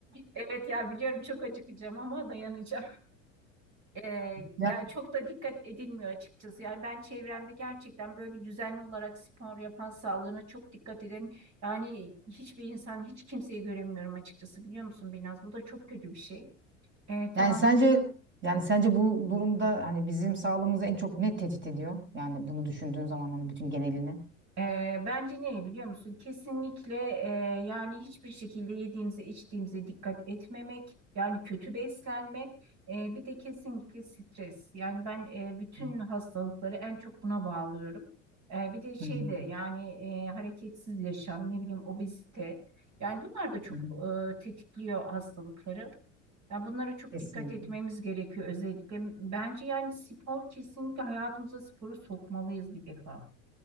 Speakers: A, on the right; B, on the right.
A: Evet ya biliyorum çok acıkacağım ama dayanacağım. Ee,
B: Ya,
A: yani çok da dikkat edilmiyor açıkçası. Yani ben çevremde gerçekten böyle düzenli olarak spor yapan, sağlığına çok dikkat eden yani hiçbir insan, hiç kimseyi göremiyorum açıkçası biliyor musun Binaz? Bu da çok kötü bir şey. Ee, tamam
B: yani sence yani sence bu durumda hani bizim sağlığımızı en çok ne tehdit ediyor? Yani bunu düşündüğün zaman hani bütün genelini.
A: Ee, bence ne biliyor musun? Kesinlikle e, yani hiçbir şekilde yediğimize içtiğimize dikkat etmemek, yani kötü beslenmek, e, bir de kesinlikle stres. Yani ben e, bütün
B: Hı
A: hastalıkları en çok buna bağlıyorum. E, bir de şey
B: hı, hı
A: de yani e, hareketsiz yaşam, ne bileyim obezite. Yani bunlar da çok
B: hı.
A: e, tetikliyor hastalıkları. Yani bunlara çok
B: Kesinlikle.
A: dikkat etmemiz gerekiyor özellikle. Bence yani spor kesinlikle hayatımıza sporu sokmalıyız bir defa.